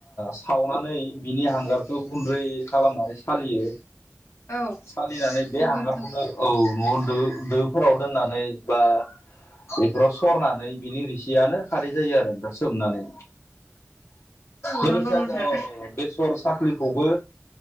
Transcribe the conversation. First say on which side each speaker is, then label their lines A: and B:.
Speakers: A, on the left; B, on the left.
A: सावनानै बिनि हां हगारखौ गुन्दै खालामनानै सालियो
B: औ
A: सालिनानै बे
B: नंगौ
A: हांग्राखौनो
B: नोंथां
A: औ न'आव दो-दोफोराव दोननानै बा बेफोराव सरनानै बिनि रिसियानो खारै जायो आरो दा सोमनानै
B: औ
A: लोगोसे
B: नंगौ नोंथां
A: जों ओ बेसर साफ्रिखौबो